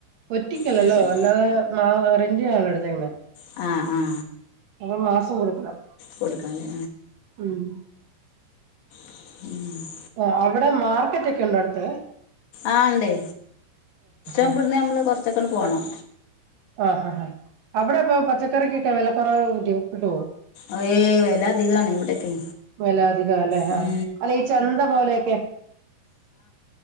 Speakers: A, on the right; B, on the left.
A: ഒറ്റിക്കല്ലല്ലോ,
B: അത് ശരി
A: അല്ലാതെ മാ- റെന്റിനാണോ എടുത്തേക്കിന്നെ
B: അ.. ആ.
A: അതുമാസം കൊടുക്കണം
B: കൊടുക്കാഞ്ഞാ
A: ഉം
B: ഉം..
A: ആ, അവിടെ മാർക്കറ്റൊ ക്കെയുണ്ടോയടുത്ത്.
B: ആ ഇണ്ട്‌, ഇവിടിന്നുനമ്മള്
A: ആഹ്
B: കൊറച്ചൊക്കെയങ്ങുപോണം.
A: ആ.. ഹാ.. ഹ.. അവിടൊക്കെ പച്ചക്കറിക്കൊക്കെവിലക്കുറവു കിട്ടുവോ
B: അതേയ്, വിലഅധികമാണിഇവിടൊക്കെ.
A: വില അധികം അല്ലേ
B: ഉം...
A: ആഹ് അല്ല ഈ ചന്ത പോലെയൊക്കെ